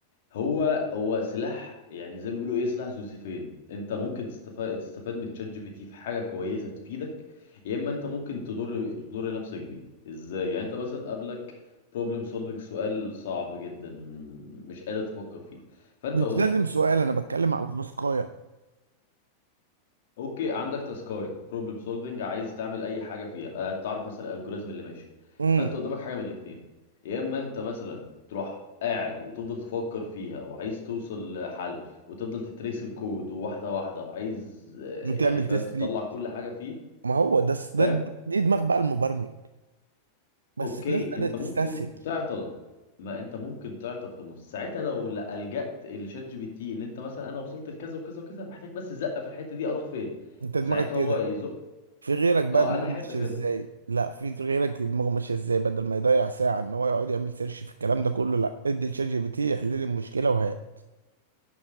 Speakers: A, on the left; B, on the right.
A: هو هو سلاح يعني زي ما بيقولوا ايه سلاح ذو سيفين انت ممكن تستفاد تستفاد من شات جي بي تي في حاجه كويسه تفيدك يا اما انت ممكن تضر تضر نفسك بيه ازاي يعني انت مثلا قابلك بروبلم سولفنج سؤال صعب جدا مش قادر تفكر فيه فانت
B: مش
A: قلت
B: لازم سؤال انا بتكلم على تاسكايه
A: اوكي عندك تاسكايه بروبلم سولفنج عايز تعمل اي حاجه فيها آه، تعرف مثلا الالجوريزم اللي ماشي
B: امم
A: فانت قدامك حاجه من الاثنين يا اما انت مثلا تروح قاعد وتفضل تفكر فيها وعايز توصل لحل وتفضل تتريس الكود واحده واحده وعايز آه،
B: وتعمل
A: يعني فاهم
B: تيست
A: تطلع
B: ليه
A: كل حاجه فيه
B: ما هو ده
A: فاهم
B: ده دي دماغ بقى المبرمج بس
A: اوكي
B: الناس بدأت
A: انت ممكن
B: تستسهل
A: تعطل ما انت ممكن تعطل في النص ساعتها لو لا- لجأت لشات جي بي تي اللي انت مثلا انا وصلت لكذا وكذا وكذا محتاج بس زقه في الحته دي اروح فين
B: انت دماغك
A: ساعتها
B: كده
A: هو يزق
B: في غيرك بقى
A: اه
B: دماغه
A: انا احب
B: ماشيه
A: كده
B: ازاي لا في غيرك دماغه ماشيه ازاي بدل ما يضيع ساعه ان هو يقعد يعمل سيرش في الكلام ده كله لا ادي لشات جي بي تي يحل لي المشكله وهات